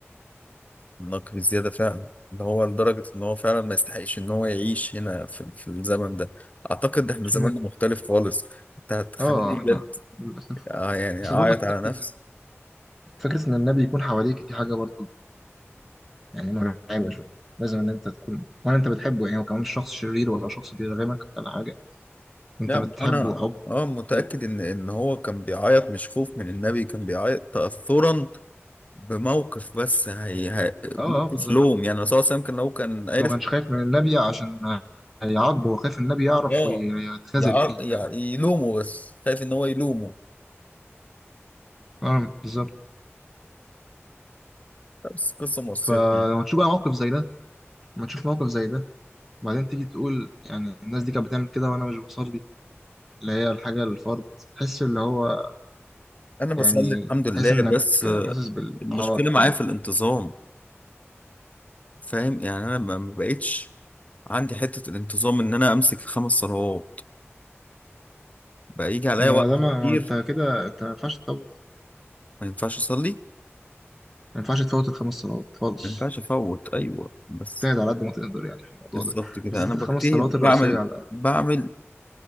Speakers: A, on the left; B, in the centre.
A: نقل زيادة فعلا ان هو لدرجة ان هو فعلا ما يستحقش ان هو يعيش هنا في, في الزمن ده اعتقد احنا زماننا
B: مش م...
A: مختلف خالص انت هتخليني
B: اه احنا
A: بجد
B: للاسف
A: آه، يعني
B: بس
A: اعيط
B: برضه
A: على
B: فكره
A: نفسي
B: إن- فكره ان النبي يكون حواليك دي حاجه برضه يعني مرعبه شويه لازم ان انت تكون ولا انت بتحبه يعني هو كمان مش شخص شرير ولا شخص بيرغمك ولا حاجه انت
A: لا
B: بتحبه
A: ما هو انا
B: حب
A: اه متأكد
B: شديد
A: ان ان هو كان بيعيط مش خوف من النبي كان بيعيط تأثرا بموقف بس هي هي
B: اه
A: موقف
B: اه بالظبط
A: لوم يعني الرسول صلى الله عليه وسلم كان لو كان عرف
B: هو ما كانش خايف من النبي عشان هيعاقبه هو خايف النبي يعرف
A: اه
B: ويتخاذل
A: يع-
B: فيه
A: يع-
B: فاهم
A: يلومه بس خايف ان هو يلومه
B: آه، بالظبط
A: بس قصة مؤثرة
B: فلما تشوف بقى موقف زي ده لما تشوف موقف زي ده وبعدين تيجي تقول يعني الناس دي كانت بتعمل كده وانا مش بصلي اللي هي الحاجه الفرض تحس اللي هو
A: انا بصلي
B: يعني
A: الحمد لله
B: تحس انك
A: بس آه،
B: حاسس بالعار
A: المشكله معايا
B: كده
A: في الانتظام فاهم يعني انا ما ما بقتش عندي حته الانتظام ان انا امسك الخمس صلوات بقى يجي عليا
B: ما
A: وقت
B: ده ما,
A: كتير
B: ما انت كده انت ما ينفعش تفوت
A: ما ينفعش اصلي
B: ما ينفعش تفوت الخمس صلوات خالص
A: ما ينفعش افوت ايوه بس
B: تبتعد على قد ما تقدر يعني في الموضوع
A: بالظبط
B: ده
A: كده
B: بالذات
A: انا بجتهد
B: الخمس صلوات الرئيسية
A: بعمل
B: على الأقل
A: بعمل